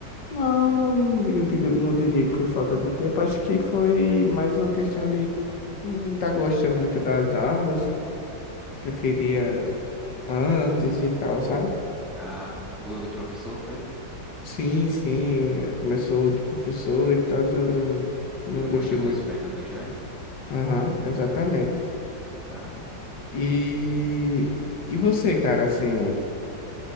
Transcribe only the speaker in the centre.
Ah, mudou de professor, foi?
Não gostou
dos
métodos, né?
Da-